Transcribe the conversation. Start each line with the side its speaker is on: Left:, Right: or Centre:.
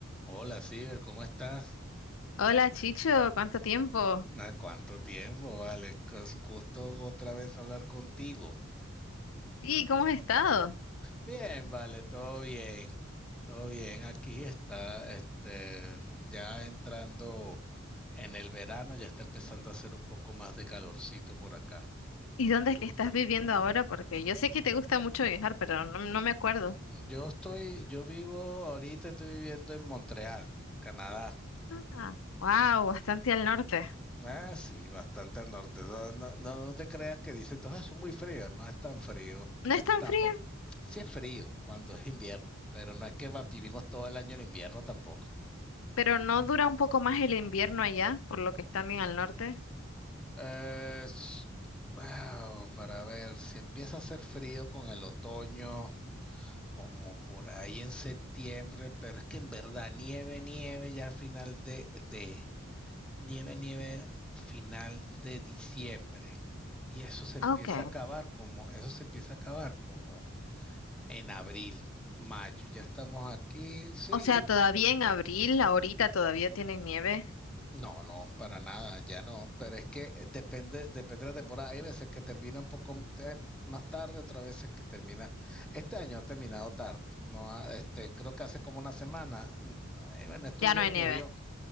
Centre: Hola, Ciber, ¿cómo estás?
Left: Hola Chicho, ¿cuánto tiempo?
Centre: Ah, ¿Cuánto tiempo, vale? Es gusto otra vez hablar contigo.
Left: ¿Y cómo has estado?
Centre: Bien, vale, todo bien. Todo bien, aquí está, este, ya entrando en el verano, ya está empezando a hacer un poco más de calorcito por acá.
Left: ¿Y dónde
Centre: Yo
Left: es que estás viviendo ahora? Porque
Centre: eh,
Left: yo sé que te gusta mucho viajar, pero no, no me acuerdo.
Centre: yo estoy, yo vivo ahorita, estoy viviendo en Montreal, en Canadá.
Left: Ah, wow, bastante al norte.
Centre: Ah, sí, bastante al norte. No, no, no- no te creas que dicen, "Ah, eso es muy frío. No es tan frío
Left: No es tan
Centre: tampoco.
Left: frío,
Centre: Sí es frío cuando es invierno, pero no es que va- vivimos todo el año en invierno tampoco.
Left: pero no
Centre: Mm.
Left: dura un poco más el invierno allá, por lo que están bien al norte.
Centre: Eh, s- wow, para ver, si empieza a hacer frío con el otoño, como por ahí en septiembre, pero es que en verdad nieve, nieve ya al final de, de, nieve, nieve final de diciembre. Y eso se empieza
Left: Ah, Ok.
Centre: a acabar como, eso se empieza a acabar como en abril, mayo. Ya estamos aquí, sí.
Left: O sea, todavía en abril, ahorita todavía tienen nieve.
Centre: No, no, para nada, ya no. Pero es que depende, depende de la temporada. Hay veces que termina un poco eh, más tarde, otras veces que termina. Este año ha terminado tarde. No, ha- este, creo que hace como una semana. mm, En estos
Left: Ya
Centre: días
Left: no hay
Centre: llovió.
Left: nieve.